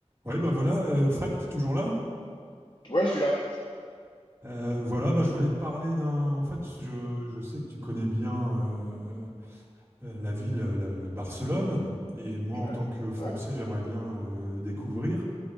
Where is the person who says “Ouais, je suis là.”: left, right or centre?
Left